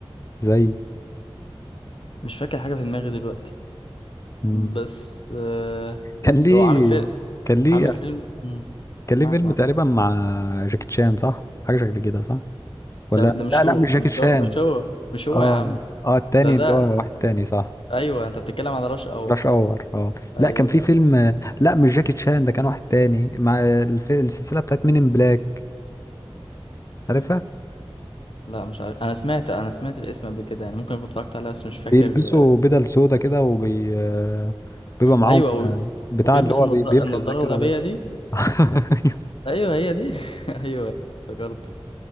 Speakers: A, on the left; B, on the left.
A: زي
B: مش فاكر حاجة في دماغي دلوقتي
A: مم.
B: بس آه،
A: كان ليه
B: هو عامل فيلم
A: كان ليه
B: عامل
A: أف-
B: فيلم مم.
A: كان
B: معك
A: ليه فيلم
B: معك
A: تقريبا مع جاكي تشان صح حاجه شكل كده صح ولا
B: ده ده مش
A: لا لا
B: هو
A: مش
B: مش
A: جاكي تشان
B: هو مش هو مش هو
A: اه
B: يا عم
A: اه التاني
B: ده ده
A: اللي هو واحد تاني صح
B: ايوه انت بتتكلم على راش اور
A: راش اور اه
B: ايوه
A: لا كان في فيلم لا مش جاكي تشان ده كان واحد تاني مع الف... السلسله بتاعت مين ان بلاك عارفها
B: لا مش عارف انا سمعت انا سمعت الاسم قبل كده يعني ممكن كنت اتفرجت عليه بس مش
A: بيلبسوا
B: فاكر
A: بدل سودا كده وبي آه، بيبقى معاهم
B: ايوه وب-
A: آه، بتاع
B: وبيلبس
A: اللي هو
B: النض-
A: بي- بيمحي
B: النضاره
A: الذاكرة
B: الغبيه
A: ده
B: دي
A: <laughs>
B: ايوه هي دي <laughs> ايوه افتكرته